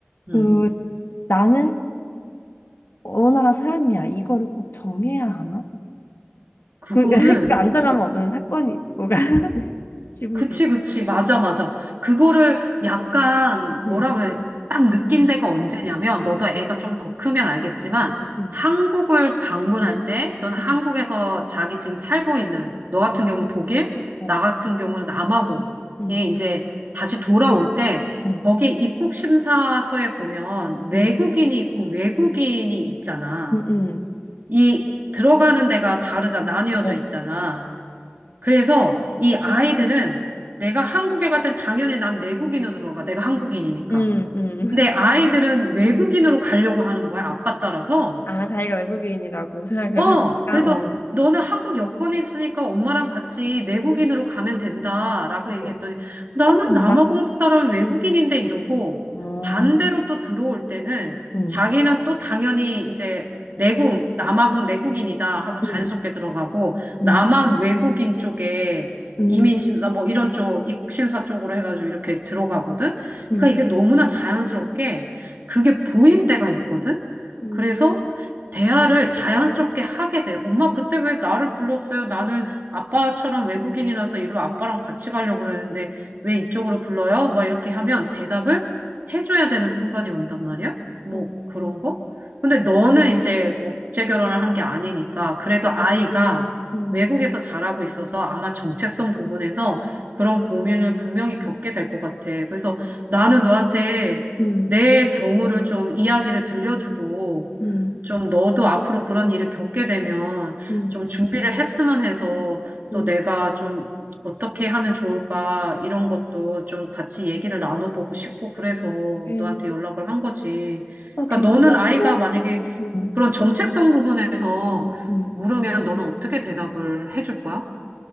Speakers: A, on the right; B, on the left.
A: 음.
B: 그 음. 나는 어느 나라 사람이야 이거를 꼭 정해야 하나?
A: 그거를
B: 그, <laughs> 그 안정하면
A: 뭐
B: 어떤 사건이 뭐가 <laughs> 네. 지불지.
A: 그치, 그치. 맞아, 맞아. 그거를 약간 뭐라
B: 음,
A: 그래. 딱 느낀 데가 언제냐면, 너도 애가 좀 더 크면 알겠지만,
B: 음,
A: 한국을 방문할 때, 또는 한국에서
B: 음,
A: 자기 지금 살고 있는, 너 같은 경우는 독일,
B: 어,
A: 나 같은 경우는 남아공에
B: 음,
A: 이제 다시 돌아올 때,
B: 음,
A: 거기 입국 심사서에 보면 내국인이
B: 음,
A: 있고 외국인이 있잖아.
B: 음, 음,
A: 이 들어가는 데가 다르잖아. 나뉘어져
B: 어,
A: 있잖아. 그래서 이 아이들은 내가 한국에 갈 땐 당연히 난 내국인으로 들어가. 내가 한국인이니까.
B: 음, 음.
A: 근데 아이들은 외국인으로 가려고 하는 거야. 아빠 따라서.
B: 아, 자기가 외국인이라고 생각을
A: 어,
B: 하니까,
A: 그래서
B: 어,
A: 너는 한국 여권이 있으니까 엄마랑 같이 내국인으로 가면 된다라고 얘기했더니
B: 어,
A: 나는
B: 깜짝 놀라.
A: 남아공 사람 외국인인데 이러고
B: 어,
A: 반대로 또 들어올 때는
B: 음,
A: 자기는 또 당연히 이제 내국, 남아공 내국인이다 하고 자연스럽게
B: 음,
A: 들어가고
B: 음,
A: 남한 외국인 쪽에
B: 음,
A: 이민심사 뭐 이런 쪽 입국심사 쪽으로 해가지고 이렇게 들어가거든.
B: 음,
A: 그러니까 이게 너무나 자연스럽게 그게 보일 때가 있거든.
B: 음,
A: 그래서 대화를 자연스럽게 하게 돼. 엄마, 그때 왜 나를 불렀어요? 나는 아빠처럼 외국인이라서 일로 아빠랑 같이 가려고 그러는데 왜 이쪽으로 불러요? 막 이렇게 하면 대답을 해줘야 되는 순간이 온단 말이야? 뭐
B: 어.
A: 그런
B: 응.
A: 거? 근데 너는 이제 뭐 국제 결혼을 한 게 아니니까 그래도 아이가
B: 음,
A: 외국에서 자라고 있어서 아마 정체성 부분에서 그런 고민을 분명히 겪게 될 것 같아. 그래서 나는 너한테
B: 음,
A: 내 경우를 좀 이야기를 들려주고
B: 음,
A: 좀 너도 앞으로 그런 일을 겪게 되면
B: 음,
A: 좀 준비를 했으면 해서 또
B: 음.
A: 내가 좀 어떻게 하면 좋을까 이런 것도 좀 같이 얘기를 나눠보고 싶고 그래서
B: 하긴,
A: 너한테 연락을 한 거지.
B: 하긴,
A: 그러니까 너는
B: 그거
A: 아이가
B: 필요,
A: 만약에
B: 음,
A: 그런 정체성 부분에서
B: 음.
A: 물으면 너는 어떻게 대답을 해줄 거야?